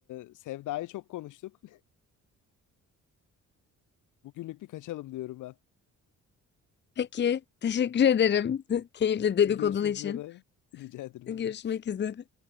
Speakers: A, on the left; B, on the left.
A: e, Sevda'yı çok konuştuk. <laughs> Bugünlük bir kaçalım diyorum ben.
B: Peki, teşekkür ederim. <laughs> Keyifli
A: <laughs>
B: dedikodun
A: Görüşmek
B: için.
A: üzere. Rica ederim.
B: Görüşmek
A: Ne demek.
B: üzere.